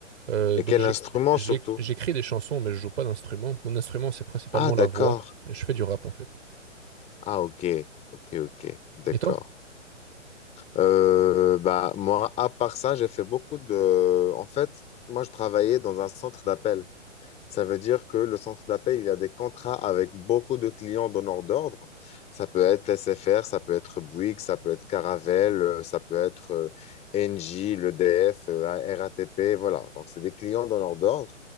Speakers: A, on the right (about 60°); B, on the left (about 15°).
A: Euh,
B: Et
A: donc
B: quel
A: j'ai-
B: instrument
A: j'ai-
B: surtout?
A: j'écris des chansons, mais je joue pas d'instrument. Mon instrument, c'est principalement
B: Ah, d'accord.
A: la voix. Je fais du rap en fait.
B: Ah, ok, ok, ok, d'accord.
A: Et toi?
B: Euh, bah, moi, à part ça, j'ai fait beaucoup de... En fait, moi, je travaillais dans un centre d'appel. Ça veut dire que le centre d'appel, il a des contrats avec beaucoup de clients donneurs d'ordre. Ça peut être SFR, ça peut être Bouygues, ça peut être Caravelle, euh, ça peut être euh, Engie, l'EDF, euh, RATP, voilà. Donc, c'est des clients donneurs d'ordre.